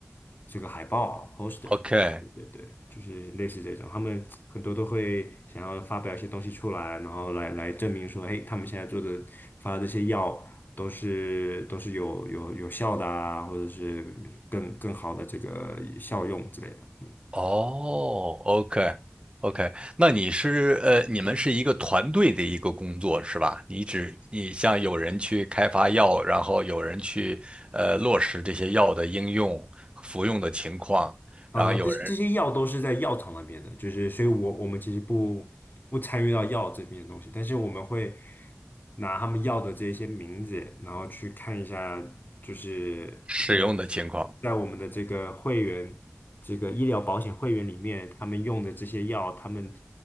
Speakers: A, on the left; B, on the right.
A: 这个海报 poster，
B: ，OK，
A: 对对对，就是类似这种，他们很多都会想要发表一些东西出来，然后来来证明说，嘿，他们现在做的发的这些药都是都是有有有效的啊，或者是更更好的这个效用之类的，嗯。
B: 哦，OK，OK，那你是呃，你们是一个团队的一个工作是吧？你只你像有人去开发药，然后有人去呃落实这些药的应用、服用的情况，
A: 呃，
B: 然后有人
A: 这这些药都是在药厂那边的，就是所以我我们其实不不参与到药这边的东西，但是我们会拿他们药的这一些名字，然后去看一下，就是在
B: 使用的情况。
A: 在我们的这个会员这个医疗保险会员里面，他们用的这些药，他们